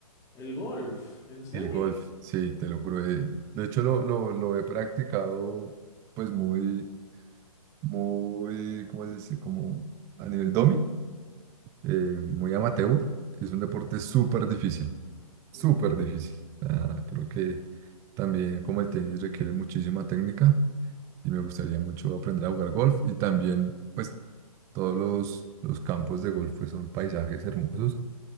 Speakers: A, on the left (about 15°); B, on the right (about 15°).
A: El golf, ¿en serio?
B: el golf, sí, te lo juro. eh, de hecho, lo, lo, lo he practicado pues muy, muy, ¿cómo se dice? Como a nivel domi. eh, muy amateur. Es un deporte súper difícil, súper
A: Mm,
B: difícil. Ah, creo que también como el tenis requiere muchísima técnica y me gustaría mucho aprender a jugar golf y también pues todos los, los campos de golf pues, son paisajes hermosos.